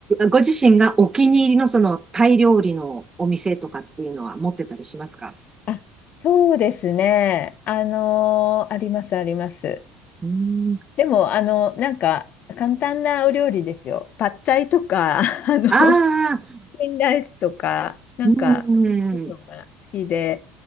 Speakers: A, on the right (about 20°); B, on the left (about 55°).
A: ご自身がお気に入りのそのタイ料理のお店とかっていうのは持ってたりしますか
B: あ、そうですね。あのーあります、あります。
A: うーん。
B: でも、あの、なんか、簡単なお料理ですよ。パッチャイとか、<laughs> あの、
A: ああ、
B: チキンライスとか、なんか、
A: うー
B: そういうのが好きで、
A: ん。